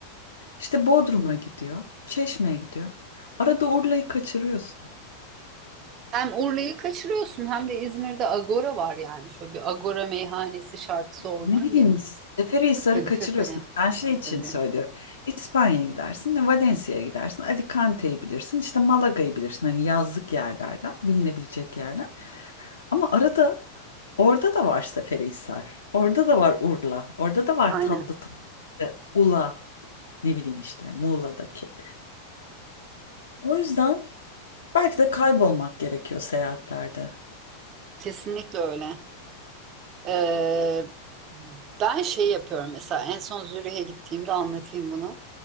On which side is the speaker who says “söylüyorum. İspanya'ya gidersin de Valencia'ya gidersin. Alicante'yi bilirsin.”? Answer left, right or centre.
Left